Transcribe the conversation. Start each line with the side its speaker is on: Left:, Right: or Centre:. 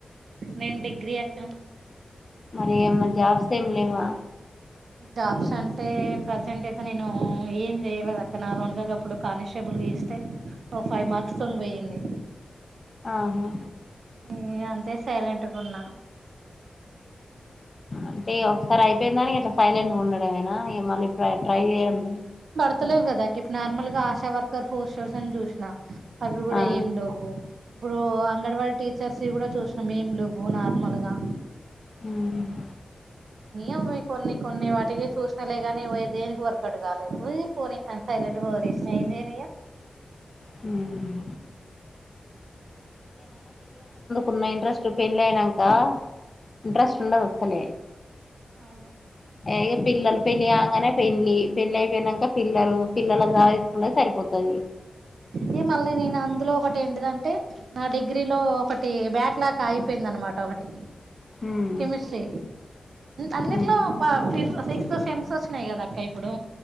Right: నేను డిగ్రీ అక్క
Left: మరి ఏ జాబ్స్ ఏం లేవా
Right: జాబ్స్ అంటే ప్రసెంట్ అయితే నేను ఏం చెయలేదు అక్క నార్మల్ గా అప్పుడు కానిస్టేబుల్ కి వేస్తే ఓ ఫైవ్ మార్క్స్ తోని పోయింది
Left: ఆహా
Right: నే అంతే సైలెంట్గా ఉన్నా
Left: అంటే ఒకసారి అయిపోయిందని ఇట్లా సైలెంట్ గా ఉండదు ఏమైనా ఈ మళ్ళీ ట్రై చేయండి
Right: ఆస్తలేవు కదా ఇప్పుడు నార్మల్ గా ఆశా వర్కర్ పోస్ట్ కోసం చూసిన అవి కూడా
Left: ఆ
Right: ఏం లేవు ఇప్పుడు అంగడన్ వాడి టీచర్ కూడా చూసినా ఏం లేవు నార్మల్ గా
Left: హ్మ్
Right: ఏవో అవి కొన్ని కొన్ని వాటికి చూసినలేగాని ప దేనికి వర్కౌట్ కాలేదు పోనీ అనీ సైలెంట్ గా సైలెంట్ గా ఒదిలేసిన ఏం చేయను ఇగ
Left: హ్మ్ ఉన్న ఇంట్రెస్ట్ పెళ్ళి అయినాక ఇంట్రెస్ట్ ఉండదు అసలే
Right: అవును
Left: ఇక పిల్లలు పెళ్ళి కాంగానే పెండ్లి పెండ్లి అయిపోయినాక పిల్లలు పిల్లలనీ సవరించుకునేదే సరిపోతది
Right: ఇగ మళ్ళీ నేను అందులో ఒకటి ఏంటిదంటే నా డిగ్రీ లో ఒకటి బ్యాక్లాగ ఆగిపో పోయిందనమాట ఒకటి
Left: ఉమ్
Right: కెమిస్ట్రీ అన్నిట్లో
Left: ఉమ్
Right: ఫ ఫిఫ్త్ సెమ్స్ వచ్చినాయి కదా ఇంక ఇప్పుడు